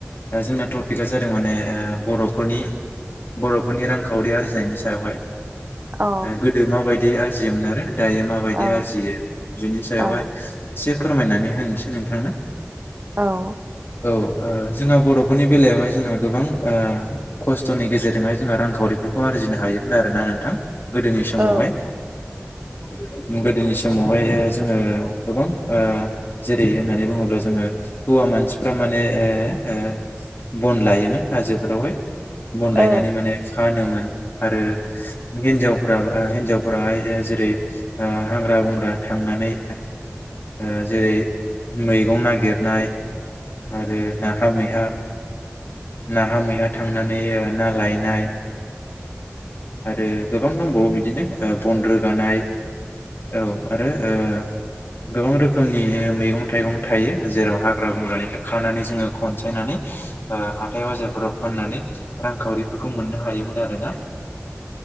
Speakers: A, on the left (about 50°); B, on the right (about 40°).
A: ओ जोंना टपिकआ जादों माने ओ बर'फोरनि बर'फोरनि रांखावरि आरजिनायनि सायावहाय।
B: औ
A: ओ गोदो माबायदि आरजियोमोन आरो दायो माबायदि
B: औ
A: आरजियो बिनि सायावहाय
B: औ
A: एसे फोरमायनानै होनोसै नोंथांनो।
B: औ।
A: औ ओ जोंहा बर'फोरनि बेलायावहाय जोंहा गोबां ओ ख स्थ'नि गेजेरजोंहाय जोंहा रांखावरिफोरखौ आरजिनो हायोब्ला आरो ना नोंथां गोदोनि समावहाय।
B: औ
A: <inaudible> गोदोनि समावहाय ओ जोङो गोबां ओ जेरै होननानै बुङोब्ला जोङो हौवा मानसिफ्रा माने ओ ओ बन लायोमोन हाजोफोरावहाय बन लायनानै
B: औ
A: माने फानोमोन आरो हिनजाव फोरा आ हिनजावफोराहाय जेरै ओ हाग्रा-बंग्रा थांनानै ओ जेरै मैगं नागिरनाय आरो नाहा मैहा नाहा-मैहा थांनानै ओ ना लायनाय आरो गोबां दंबावो बिदिनो ओ बन रोगानाय औ आरो ओ गोबां रोखोमनि मैगं-थाइगं थायो जेराव हाग्रा- बंग्रानिफ्राय खानानै जोङो खनसायनानै ओ हाथाय बाजारफोराव फाननानै रांखावरिफोरखौ मोननो हायोमोन आरोना।